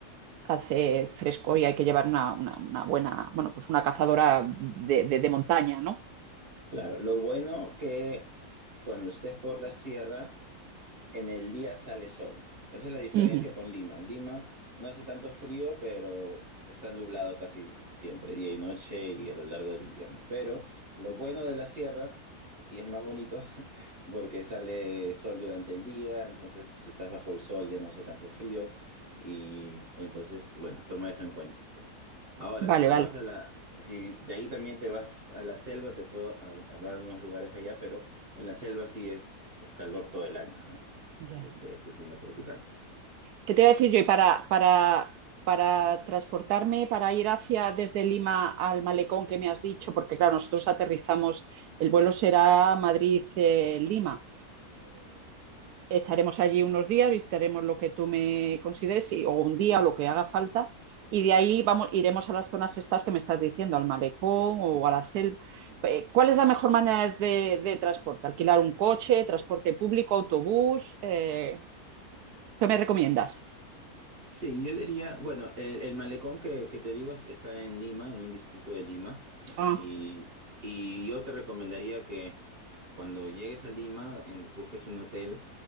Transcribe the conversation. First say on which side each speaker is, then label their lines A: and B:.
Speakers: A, on the right (about 80°); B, on the right (about 35°).
A: hace fresco y hay que llevar una, una- una buena, bueno, pues una cazadora de, de- de montaña, ¿no?
B: claro, lo bueno que cuando estés por la sierra En el día sale sol. Esa es la diferencia
A: Ujú.
B: con Lima. En Lima no hace tanto frío, pero está nublado casi siempre, día y noche y a lo largo del invierno. Pero lo bueno de la sierra, y es más bonito, <laughs> porque sale sol durante el día, entonces si estás bajo el sol ya no hace tanto frío. Y entonces, bueno, toma eso en cuenta. Ahora,
A: Vale,
B: si te
A: vale.
B: vas a la, si de ahí también te vas a la selva, te puedo hab- hablar de unos lugares allá, pero en la selva sí es, es calor todo el año, ¿no?
A: Ya.
B: Este, El clima tropical.
A: ¿Qué te iba a decir yo? Y para, para, para transportarme, para ir hacia desde Lima al malecón que me has dicho, porque claro, nosotros aterrizamos, el vuelo será Madrid-Lima. estaremos allí unos días, visitaremos lo que tú me consideres, y- o un día, o lo que haga falta, y de ahí vamos, iremos a las zonas estas que me estás diciendo, al malecón o a la selva. Eh, ¿cuál es la mejor manera de, de transporte? ¿Alquilar un coche, transporte público, autobús? Eh, ¿qué me recomiendas?
B: Sí, yo diría, bueno, el, el malecón que, que te digo es- está en Lima, en un distrito de Lima, así-
A: Ah,
B: y, y yo te recomendaría que cuando llegues a Lima en- busques un hotel